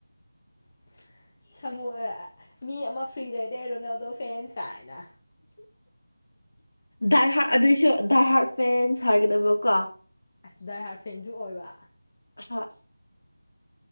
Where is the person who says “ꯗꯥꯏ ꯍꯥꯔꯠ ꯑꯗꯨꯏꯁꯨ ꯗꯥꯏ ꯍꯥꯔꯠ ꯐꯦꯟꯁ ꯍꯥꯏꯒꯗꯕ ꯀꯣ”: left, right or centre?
Left